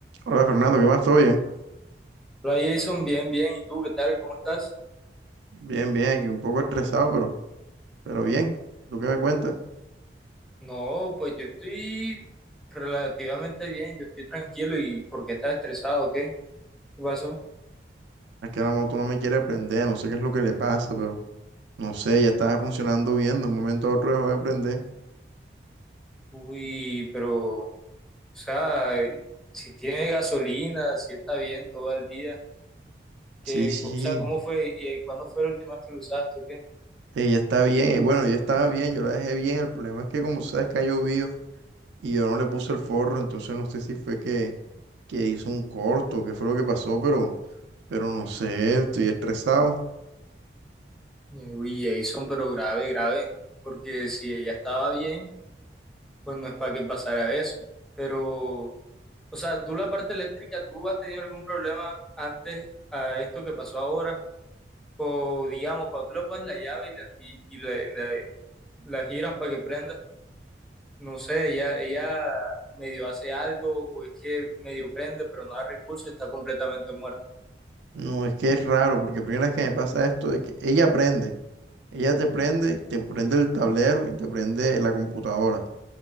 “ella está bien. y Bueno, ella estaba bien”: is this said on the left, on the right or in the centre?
Right